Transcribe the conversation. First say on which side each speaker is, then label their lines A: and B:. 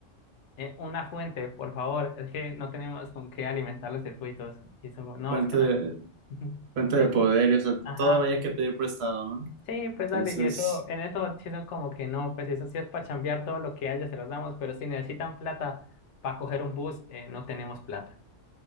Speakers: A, on the left; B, on the right.
A: eh, una fuente, por favor, es que no tenemos con qué alimentar los circuitos. Y somos, no,
B: Fuente
A: es que no
B: de,
A: hay. <laughs>
B: fuente
A: Sí,
B: de poder, y, o sea,
A: ajá.
B: todo había que pedir prestado, ¿no?
A: Sí, pues
B: Entonces,
A: dale, y eso, en eso sí son como que no, pues eso sí es para chambear todo lo que haya, se los damos, pero si necesitan plata para coger un bus, eh, no tenemos plata,